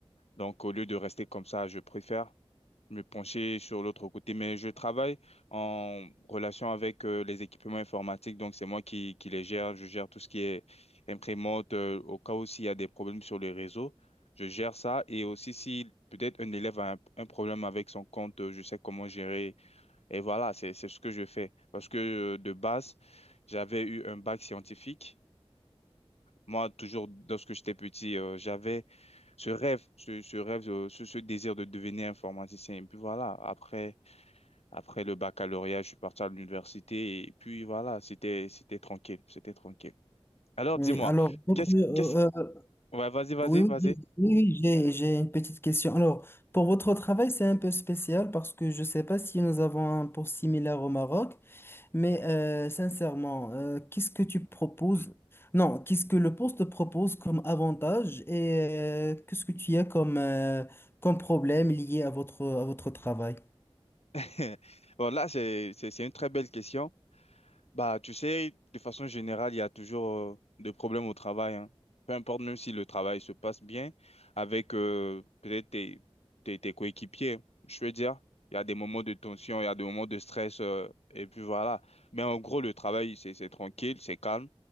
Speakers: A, on the left (about 80°); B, on the left (about 20°).
A: Donc, au lieu de rester comme ça, je préfère me pencher sur l'autre côté, mais je travaille en relation avec euh, les équipements informatiques, donc c'est moi qui, qui les gère, je gère tout ce qui est imprimante, euh, au cas où s'il y a des problèmes sur le réseau, je gère ça, et aussi si peut-être un élève a un, un problème avec son compte, euh, je sais comment gérer, et voilà, c'est, c'est ce que je fais, parce que euh, de base, j'avais eu un bac scientifique, moi, toujours, lorsque j'étais petit, euh, j'avais ce rêve, ce, ce rêve, euh, ce, ce désir de devenir informaticien. Et puis voilà, après, après le baccalauréat, je suis parti à l'université et puis voilà, c'était c'était tranquille, c'était tranquille. Alors
B: Oui,
A: dis-moi,
B: alors, donc,
A: qu'est-ce
B: euh,
A: qu'est-ce
B: euh,
A: Ouais, vas-y, vas-y,
B: oui, oui,
A: vas-y.
B: j'ai oui, oui, j'ai- j'ai une petite question. Alors, pour votre travail, c'est un peu spécial parce que je ne sais pas si nous avons un poste similaire au Maroc. Mais euh, sincèrement, euh, qu'est-ce que tu proposes? Non, qu'est-ce que le poste propose comme avantage et euh, qu'est-ce que tu as comme, euh, comme problème lié à votre, à votre travail?
A: <laughs> Bon, là, c'est c'est- c'est une très belle question. Bah, tu sais, de façon générale, il y a toujours euh, des problèmes au travail. hein. Peu importe, même si le travail se passe bien avec euh, peut-être tes, tes, tes coéquipiers. Je veux dire, il y a des moments de tension, il y a des moments de stress, euh, et puis voilà. Mais en gros, le travail, c'est, c'est tranquille, c'est calme.